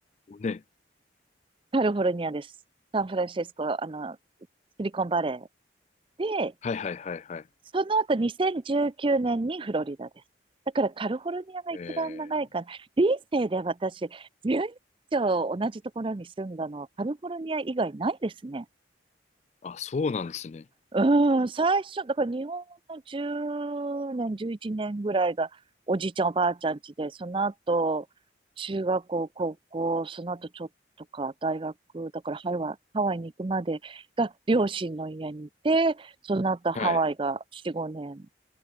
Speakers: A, on the left; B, on the right.
A: 五年。
B: カリフォルニアです。サンフランシスコ、あの、シリコンバレー。で、
A: はいはいはいはい。
B: その後2019年にフロリダです。だからカリフォルニアが一番長いかな。
A: え
B: 人生で私、10年以上同じところに住んだのはカリフォルニア以外ないですね。
A: ー、あ、そうなんですね。
B: うん、最初、だから日本の10年、11年ぐらいがおじいちゃんおばあちゃん家で、その後、中学校、高校、その後ちょっとか、大学、だからハワイ、ハワイに行くまでが両親の家にいて、その後ハワイが4、
A: はい。
B: 5年。